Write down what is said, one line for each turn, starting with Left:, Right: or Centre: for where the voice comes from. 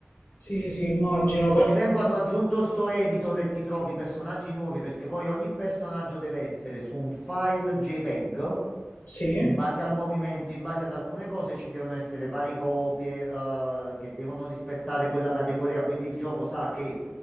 Left: sì, sì, sì, immagino
Centre: Col
Left: perché
Centre: tempo hanno aggiunto sto editor e ti trovi personaggi nuovi perché poi ogni personaggio deve essere su un file JPEG.
Left: sì,
Centre: In base al movimento, in base ad alcune cose, ci devono essere varie copie, eh, che devono rispettare quella categoria. Quindi il gioco sa che